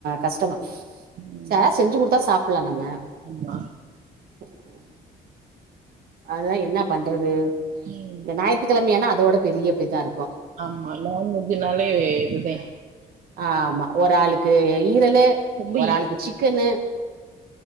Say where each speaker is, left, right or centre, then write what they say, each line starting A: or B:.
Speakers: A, on the right (about 70°); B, on the right (about 50°).
A: கஷ்டமா
B: ம்
A: ச செஞ்சு குடுத்தா சாப் பலாம் நம்ம
B: ஆமா
A: உஹம் <inaudible> அது தான் என்ன பண்றது
B: ம்
A: இந்த ஞாயித்து கெழமையானா அதோட பெரிய பை தா இருக் கு
B: ஆமா நான்வெஜ்ஜுனாலே இதுதே
A: ஆ ஆமா ஒரு ஆளுக்கு ஈரலு
B: ரொம்ப
A: ஒரு
B: ஈ
A: ஆளுக்கு சிக்கனு